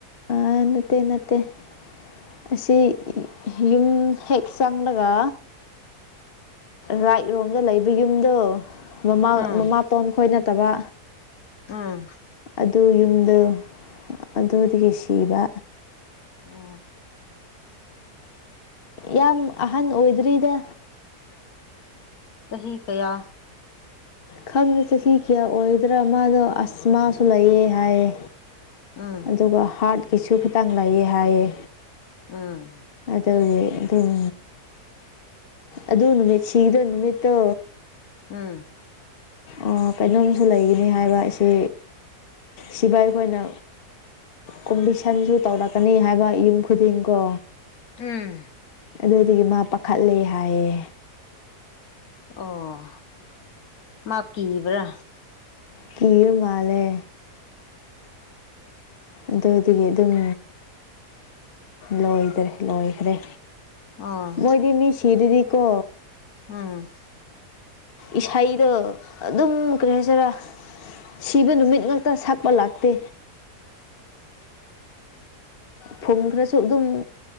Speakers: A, on the left; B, on the left.
A: ꯑ ꯅꯠꯇꯦ ꯅꯠꯇꯦ ꯑꯁꯤ ꯌꯨꯝ ꯍꯦꯛ ꯆꯪꯂꯒ ꯔꯥꯏꯠ ꯔꯣꯝꯗ ꯂꯩꯕ ꯌꯨꯝꯗꯣ ꯃꯃꯥ
B: ꯎꯝ
A: ꯃꯃꯥꯇꯣꯟ ꯈꯣꯏ ꯅꯠꯇꯕ
B: ꯑꯥ
A: ꯑꯗꯨ ꯌꯨꯝꯗ‌ꯣ ꯑꯗꯨꯗꯒꯤ ꯁꯤꯕ
B: ꯑ
A: ꯌꯥꯝ ꯑꯍꯟ ꯑꯣꯏꯗ꯭ꯔꯤꯗ
B: ꯆꯍꯤ ꯀꯌꯥ
A: ꯈꯪꯗꯦ ꯆꯍꯤ ꯀꯌꯥ ꯑꯣꯏꯗ꯭ꯔꯥ ꯃꯥꯗꯣ ꯑꯁ ꯃꯥꯁꯨ ꯂꯩꯌꯦ ꯍꯥꯏꯌꯦ
B: ꯎꯝ
A: ꯑꯗꯨꯒ ꯍꯥꯔꯠꯀꯤꯁꯨ ꯈꯤꯇꯪ ꯂꯩꯌ‌ꯦ ꯍꯥꯏꯌꯦ
B: ꯑꯥ
A: ꯑꯗꯨꯒꯤ ꯑꯗꯨꯝ ꯑꯗꯨ ꯅꯨꯃꯤꯠ ꯁꯤꯕ ꯅꯨꯃꯤꯠꯇꯣ
B: ꯎꯝ
A: ꯑꯥ ꯀꯩꯅꯣꯒꯤꯁꯨ ꯂꯩꯒꯅꯤ ꯍꯥꯏꯕ ꯁꯤ ꯁꯤꯕ ꯑꯩꯈꯣꯏꯅ ꯀꯣꯝꯕꯤꯁꯟꯁꯨ ꯇꯧꯔꯛꯀꯅꯤ ꯍꯥꯏꯕ ꯌꯨꯝ ꯈꯨꯗꯤꯡꯀꯣ
B: ꯎꯝ
A: ꯑꯗꯨꯗꯨꯒꯤ ꯃꯥ ꯄꯥꯈꯠꯂꯦ ꯍꯥꯏꯌꯦ
B: ꯑꯣ ꯃꯥ ꯀꯤꯕ꯭ꯔꯥ
A: ꯀꯤꯕ ꯃꯥꯜꯂꯦ ꯑꯗꯨꯗꯤ ꯑꯗꯨꯝ ꯂꯣꯏꯗꯔꯦ ꯂꯣꯏꯈ꯭ꯔꯦ
B: ꯑꯣ
A: ꯃꯣꯏꯗꯤ ꯃꯤ ꯁꯤꯗ꯭ꯔꯗꯤ ꯀꯣ
B: ꯎꯝ
A: ꯏꯁꯩꯗꯣ ꯑꯗꯨꯝ ꯀꯔꯤ ꯍꯥꯏꯁꯤꯔꯥ ꯁꯤꯕ ꯅꯨꯃꯤꯠ ꯉꯥꯛꯇ ꯁꯛꯄ ꯂꯥꯛꯇꯦ ꯐꯨꯝ ꯈꯔꯁꯨ ꯑꯗꯨꯝ